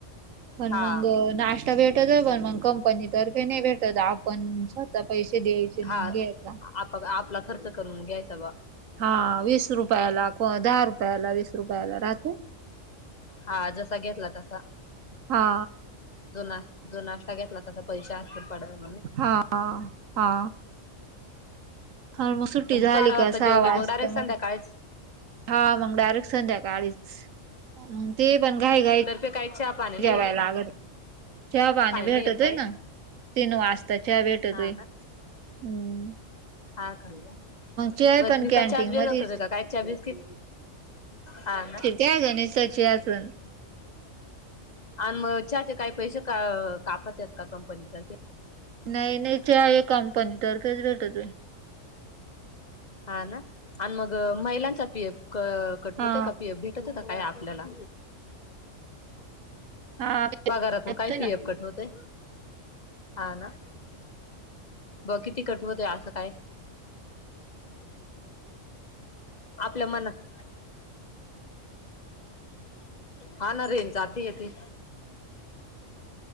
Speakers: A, on the right; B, on the left.
A: पण
B: हा
A: मग नाष्टा भेटतोय पण मग कंपनीतर्फे नाही भेटत आप पण स्वतः पैसे द्यायचे मग
B: हा
A: घ्यायचा.
B: आप आपला खर्च करून घ्यायचा बा.
A: हा वीस रुपयाला को दहा रुपयाला वीस रुपयाला राहतेय.
B: हा जसा घेतला तसा.
A: हा.
B: जो ना जो नाष्टा घेतला तसा पैशा असतीलर पडत.
A: हा हा, हा. हर मग सुट्टी झाली
B: बारा वाजता
A: का सहा
B: जेवलो
A: वाजता
B: मग डायरेक्ट संध्याकाळीच
A: म. हा मग डायरेक्ट संध्याकाळीच ते पण घाई घाई
B: तर काही चहा पाणी नाही
A: जेवायला
B: येत का?
A: लागत चहा पाणी भेटतोय
B: नाही येत काय
A: ना तीन वाजता चहा भेटतोय.
B: हा ना
A: हम्म.
B: हा का.
A: चहा
B: मग
A: पण
B: नुसता
A: कॅन्टीन
B: चहाच भेटतो
A: मध्येच
B: का, चहा बिस्कीट. हा ना
A: त्या गणेशच चहा पण.
B: आणि मग चहाचे काही पैसे का कापतात का कंपनीतर्फे.
A: नाही नाही चहा हे कंपनीतर्फेच भेटतोय.
B: हा ना आणि मग महिलांचा पी एफ कट
A: हा
B: होतोय का पी एफ. भेटतोय का काही आपल्याला.
A: हा भेटतोय
B: पगारातून काही
A: ना
B: पीएफ कट होतोय. हा ना ब किती कट होतोय असं काय. आपल्या मनात हा ना रेंज जाती येती.